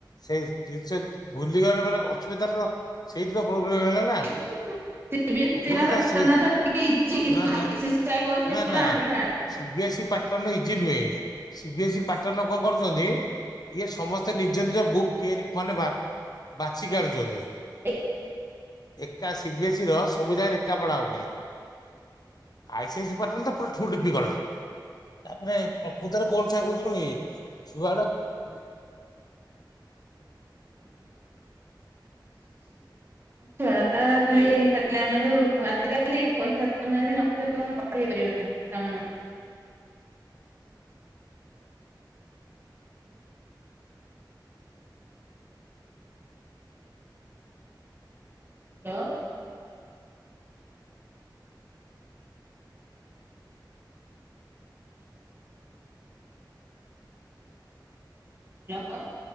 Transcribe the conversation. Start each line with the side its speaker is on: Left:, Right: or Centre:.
Left: ସେଇ ଜିନିଷ ଭୁଲିଗଲେ ମାନେ ଅସୁବିଧା ତ ସେଇଠି ପା ପ୍ରୋବ୍ଲେମ ହେଲା ନା।
Right: <unintelligible>
Left: ପ୍ରୋବ୍ଲେମ ଟା ସେଇ ନା ନା ନା ନା ସିବି ଏସ୍ଇ ପାଟନ ଇଜି ନୁହେଁ ସିବି ଏସ୍ଇ ପାଟନ କଣ କଣ କରୁଛନ୍ତି ଇଏ ସମସ୍ତେ ନିଜ ନିଜ ବୁକ୍ ତିଆରି ମାନେ ବା-ବାଛି ଆଣୁଛନ୍ତି।
Right: ଏକ୍
Left: ଏକା ସିିବି ଏସ୍ଇ ର ସବୁ ଜାଗାରେ ଏକା ପଢା ହଉନି। ଆଇସି ଆଇସି ପାଟନ୍ ଟା ୟାଠୁ ଡିଫିକଲ୍ଟ। ତାପରେ ପ୍ରକୃତରେ <unintelligible> ଣ କି ଛୁଆ ଗୁଡା
Right: <inaudible> <inaudible> <unintelligible> ପିଲାମାନଙ୍କୁ। <unintelligible> <inaudible>